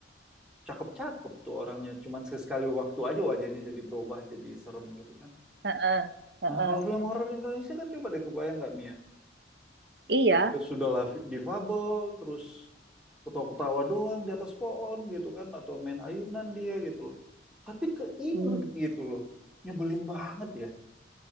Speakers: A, in the centre; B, on the right (about 65°).
A: cakep-cakep tuh orangnya. Cuman sekali waktu aja wajahnya jadi berubah jadi serem gitu kan.
B: heeh, heeh.
A: Nah kalau film horor Indonesia kan coba deh kebayang nggak Mia?
B: Iya.
A: eh sudahlah difabel terus ketawa-ketawa doang di atas pohon gitu kan atau main ayunan dia gitu loh tapi keinget
B: Hmm.
A: gitu loh nyebelin banget ya